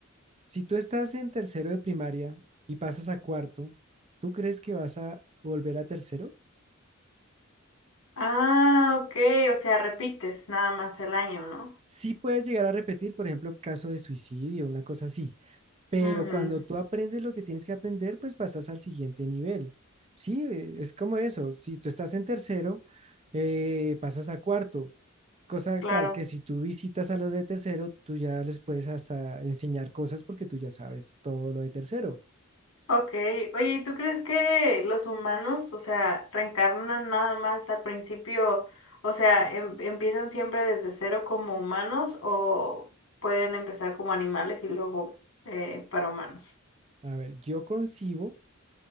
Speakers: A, on the right; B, on the left.
A: Si tú estás en tercero de primaria y pasas a cuarto, ¿tú crees que vas a volver a tercero?
B: Ah, ok, o sea, repites nada más el año, ¿no?
A: Sí puedes llegar a repetir, por ejemplo, caso de suicidio, una cosa así, Pero
B: Ujú,
A: cuando tú aprendes lo que tienes que aprender, pues pasas al siguiente nivel. Sí, eh, es como eso. Si tú estás en tercero, eh, pasas a cuarto. Cosa
B: Claro.
A: tal que si tú visitas a los de tercero, tú ya les puedes hasta enseñar cosas porque tú ya sabes todo lo de tercero.
B: Ok, oye, ¿y ¿tú crees que los humanos, o sea, reencarnan nada más al principio, o sea, em- empiezan siempre desde cero como humanos o pueden empezar como animales y luego eh, para humanos?
A: A ver, yo concibo